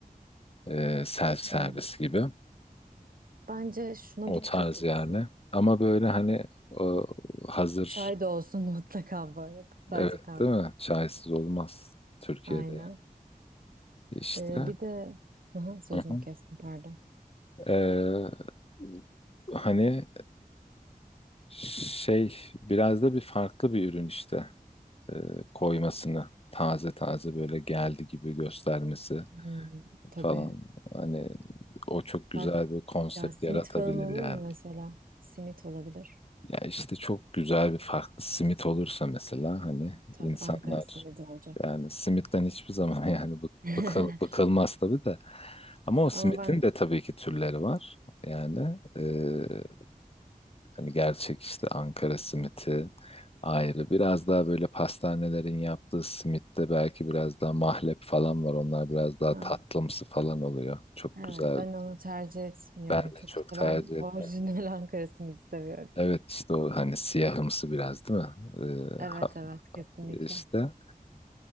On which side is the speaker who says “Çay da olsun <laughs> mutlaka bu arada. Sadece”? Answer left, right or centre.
Right